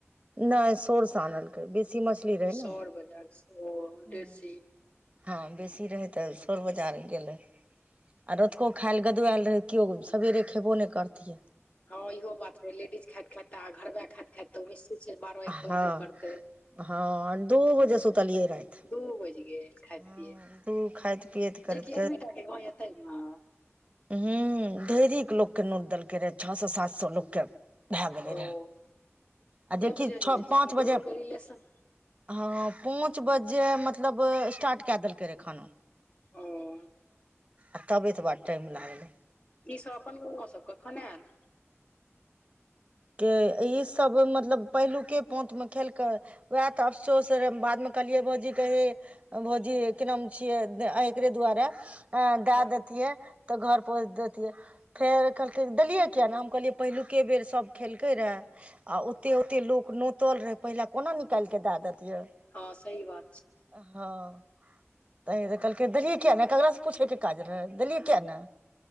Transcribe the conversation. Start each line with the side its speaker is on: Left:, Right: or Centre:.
Right: नहि सौर से आनलके बेसी मछली रहै
Left: सौर
Right: ने
Left: बजार सौर
Right: हूँ
Left: देशी
Right: हँ बेसी रहै त सोर बजार गेलै आ रोतूको खाइल गदुएल रहै केओ सबेरे खेबो नहि करतियै
Left: हँ इहो बात है लेडीज खाइत खाइतआ घरबे खाइत खाते मिस्री छै बारह एक बजबे
Right: हँ
Left: करतेय
Right: हँ दू बजे सुतलियै राति
Left: दू बज ग खाय
Right: हँ
Left: पियत
Right: दू खाइत पियैत करैत
Left: जेकि एतबी टा के गव एते मे
Right: ह ढेरिक लोक के नोतदेलकै रहे छओ सए सात सए लोक के भए गेलै
Left: ओ
Right: रहेय आ
Left: नहि
Right: जेि
Left: बुझलियै
Right: छओ
Left: जे
Right: पाँच
Left: हमर दुनू
Right: बजे
Left: के रिलेशन
Right: हँ पाँच बजे मतलब स्टार्ट कए देलकै रहए खाना
Left: ओ <unintelligible>
Right: आओर तबे तऽ बड़ टाइम लागलै
Left: ई सब अपन सबकेखने आयल
Right: के ईसभ मतलब पहिलुके पाँथमे खेल कयं उएह तऽ अफसोस रहै बादमे कहलियै भाौजी कहे भोजी की नाम छियै एकरे दुआारे अ दए
Left: हँ
Right: देतियै तऽ घर पोँच देैतियै फेर कहलकै देलियै किया नहि हम कहलियै पहिलुके बेर सब खेलकै रहए आ ओते ओते लोक नोतल रहै पहिल कोना निकालि कऽ दए दत यै
Left: हँ सह बात छै
Right: हँ तऽ तऽ कहलकै देलियै किियाक नहि ककरासँ पूछयके काज रहै देलियै कििया नहि